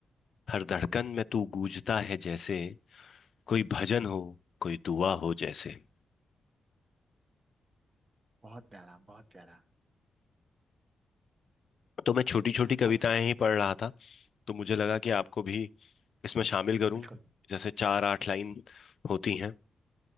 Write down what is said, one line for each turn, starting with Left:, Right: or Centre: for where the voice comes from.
Left: हर धड़कन में तू गूंजता है जैसे कोई भजन हो कोई दुआ हो जैसे
Right: बहुत प्यारा बहुत प्यारा
Left: तो मैं छोटी छोटी कविताएं
Right: आप
Left: ही पढ़ रहा था तो मुझे लगा कि आपको भी इसमें शामिल करूं
Right: बिल्कुल
Left: जैसे चार आठ लाइन होती हैं